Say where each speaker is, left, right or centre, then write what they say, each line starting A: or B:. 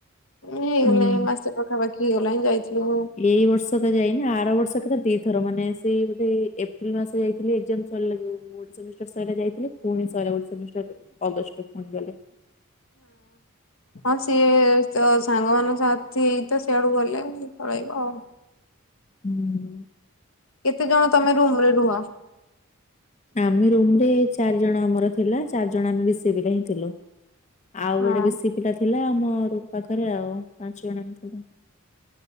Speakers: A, on the left; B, on the left.
A: ହେଇଗଲାଣି
B: ହୁଁ।
A: ମାସେ ପାଖାପାଖି ହେଇଗଲାଣିିଁ ଯାଇଥିଲୁ।
B: ଏଇ ବର୍ଷ ତ ଯାଇନି ଆର ବର୍ଷ କଥର ଦିଥର ମାନେ ସେଇ ବୋଧେ ଏପ୍ରିଲ ମାସ ଯାଇଥିଲି ଏକ୍ଜାମ ସରିଲା ଯୋଉ ସେମିଷ୍ଟାର ସରିଲା ଯାଇଥିଲୁ ପୁଣି ସଇରାବର୍ଷ ସେମିଷ୍ଟାର୍ ରେ ଅଗଷ୍ଟ କୁ ପୁଣି ଗଲି <inaudible>
A: ହଁ ସିଏ ତ ସାଙ୍ଗମାନଙ୍କ ସାଥି ହେଇ ତ ସିଆଡୁକୁ ଗଲେ ଆଉ ପଳେଇବ ଆଉ।
B: ହୁଁ।
A: କେତେ ଜଣ ତମେ ରୁମ୍ ରେ ରୁହ?
B: ଆମେ ରୁମରେ ଚାରି ଜଣ ଆମର ଥିଲା ଚାରି ଜଣ ଆମେ ବିଶିଏ ପିଲା ହିଁ ଥିଲୁ। ଆଉ
A: ହଁ
B: ଗୋଟେ ବିଶୀଏ ପିଲା ଥିଲା ଆମ ରୁମ୍ ପାଖରେ ଆଉ ପାଞ୍ଚ ଜଣ ଆମେ ଥିଲୁ